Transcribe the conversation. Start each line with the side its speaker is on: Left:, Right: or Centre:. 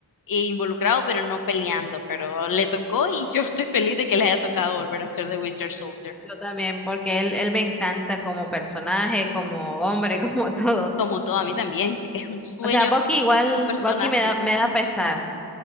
Left: e involucrado, pero no peleando, pero le tocó y yo estoy feliz de que le haya tocado volver a ser de Winter Soldier.
Centre: Yo también, porque él, él me encanta como personaje, como hombre, <laughs> como todo.
Left: Como todo, a mí también. <laughs> Es un sueño
Centre: O sea, Bucky igual,
Left: estos personajes.
Centre: Bucky me da, me da pesar.